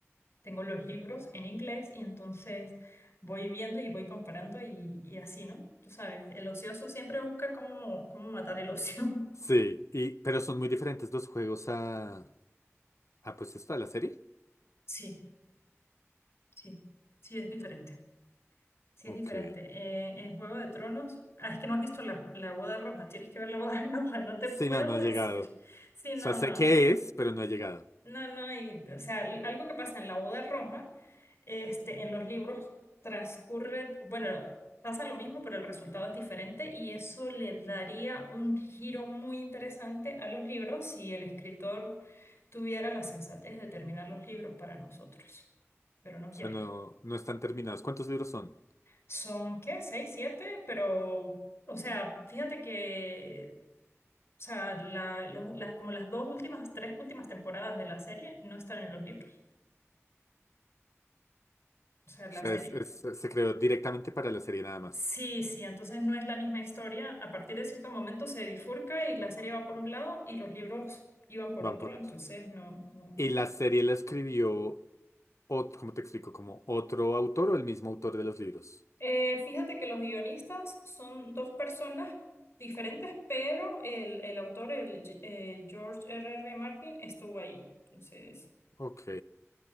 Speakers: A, on the left; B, on the left.
A: tengo los libros en inglés y entonces voy viendo y voy comparando y, y así, ¿no? Tú sabes, el ocioso siempre busca cómo, cómo matar el ocio. <laughs>
B: Sí, y, pero son muy diferentes los juegos a, a pues esto, a la serie.
A: Sí, sí, sí, es diferente. Sí,
B: Ok.
A: es diferente. Eh, en Juego de Tronos, ah, es que no has visto la, la boda roja, tienes que ver la boda <laughs> roja, no te
B: Sí,
A: puedo
B: no, no
A: decir.
B: he llegado. O
A: Sí,
B: sea,
A: no,
B: sé
A: no.
B: qué es, pero no he llegado.
A: No, no, y, o sea, l- algo que pasa en la boda roja, este, en los libros transcurre, bueno, pasa lo mismo, pero el resultado es diferente y eso le daría un giro muy interesante a los libros si el escritor tuviera la sensatez de terminar los libros para nosotros, pero no quiere.
B: O sea, no, no están terminados. ¿Cuántos libros son?
A: Son, ¿qué? ¿Seis, siete? Pero, o sea, fíjate que, o sea, la- lo- las- como las dos últimas, tres últimas temporadas de la serie no están en los libros. O sea, la
B: O sea,
A: serie,
B: es- es- se creó directamente para la serie nada más.
A: Sí, sí, entonces no es la misma historia. A partir de cierto momento se bifurca y la serie va por un lado y los libros iban por
B: Van
A: otro,
B: por
A: entonces
B: otro.
A: no, no,
B: ¿Y
A: no.
B: la serie la escribió, ot- cómo te explico, como otro autor o el mismo autor de los libros?
A: Eh, fíjate que los guionistas son dos personas diferentes, pero el, el autor, el, G- eh, George R.R. Martin, estuvo ahí. Entonces,
B: Ok.